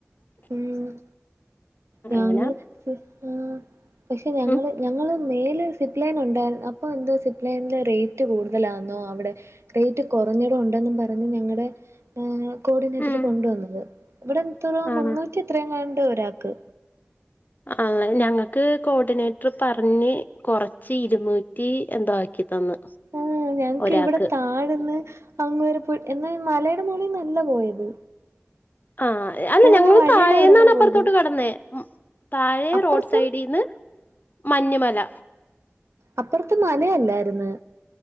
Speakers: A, on the right; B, on the left.
A: ഉം ഞങ്ങള്
B: അങ്ങനെ
A: ഇ പാ പക്ഷെ ഞങ്ങള്
B: ഉം
A: ഞങ്ങള് മേല് സിപ്ലൈൻ ഉണ്ടായി അപ്പൊ എന്തോ സിപ്ലൈന്റെ റേറ്റ് കൂടുതലാന്നോ അവിടെ റേറ്റ് കൊറഞ്ഞടം ഉണ്ടെന്നും പറഞ്ഞ് ഞങ്ങടെ ആഹ് കോർഡിനേറ്റർ
B: ഉം
A: കൊണ്ടുവന്നത് ഇവിടെ എത്ര
B: ആണോ
A: മുന്നൂറ്റി എത്രയങ്ങാണ്ട ഒരാക്ക്
B: ആഹ് ഞങ്ങക്ക് കോഡിനേ റ് പറഞ്ഞ് കൊറച്ച് ഇരുന്നൂറ്റി എന്തോ ആക്കി തന്ന്.
A: ആഹ് ഞങ്ങക്ക്
B: ഒരാക്ക്
A: ഇവിടെ താഴന്ന് അങ്ങ് വരെ പോയി എന്നാ മലയുടെ മോളിൽന്നല്ല പോയത്
B: ആഹ് അല്ല
A: പോകുന്ന
B: ഞങ്ങളും
A: വഴിയുടെ
B: താഴേന്നാണ്
A: അവിടെന്നാ
B: അപ്പുറത്തോട്ട്
A: പോയത്
B: കടന്നെ താഴെ
A: അപ്പുറത്തും
B: റോഡ് സൈഡിന്ന് മഞ്ഞുമല
A: അപ്പറത്ത് മലയല്ലാര്ന്ന്